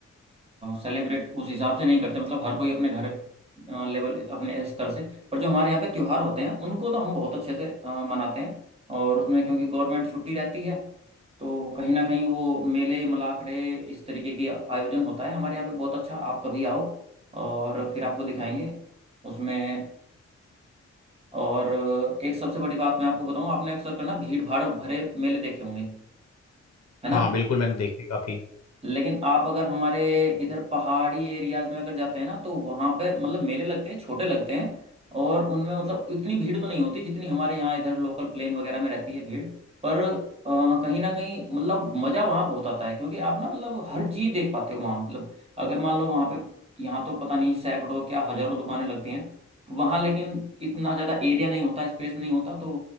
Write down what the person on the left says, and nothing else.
हाँ बिल्कुल मैंने देखी काफी